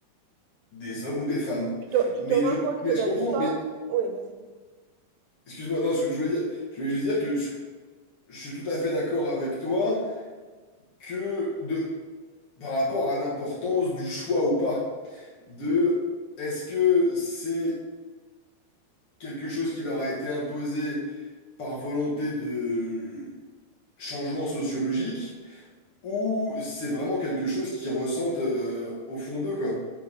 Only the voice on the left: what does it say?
des hommes ou des femmes.
Mais
je,
mais
je comprends,
mais
excuse-moi, non, je, je voulais dire, je voulais juste dire que je, je suis tout à fait d'accord avec toi que de par rapport à l'importance du choix ou pas, de est-ce que c'est quelque chose qui leur a été imposé par volonté de changement sociologique, ou c'est vraiment quelque chose qu'ils ressentent euh, au fond d'eux, quoi.